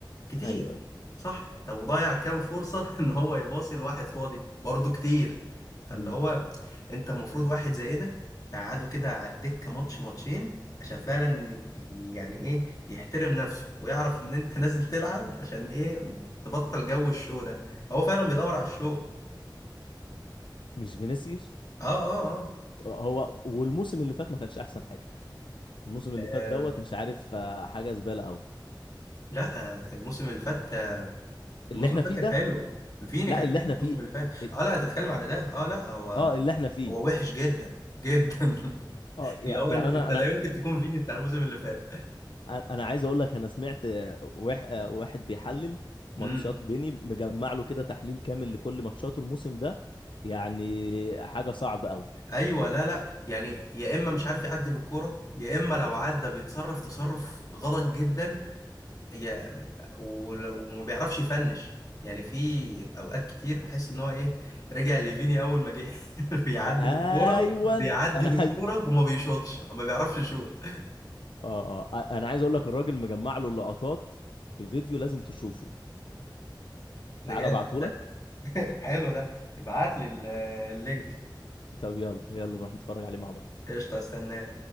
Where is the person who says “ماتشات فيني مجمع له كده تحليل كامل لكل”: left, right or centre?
Left